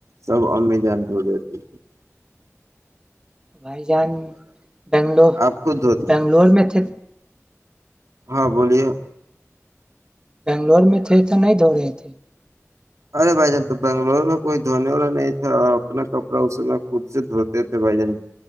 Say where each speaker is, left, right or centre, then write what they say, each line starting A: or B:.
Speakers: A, on the right; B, on the right.
A: سب امی جان دھ لیتی
B: بھائی جان بنگلور
A: آپ خود دھوتے
B: بنگلور میں تھے
A: ہاں بولیے
B: بنگلور میں تھے تو نہیں دھ ہو رہے تھے
A: ارے بھائی جان تو بنگلور میں کوئی دھونے والا نہیں تھا اپنا کپڑا اس میں خود سے دھوتے تھے بھائی جان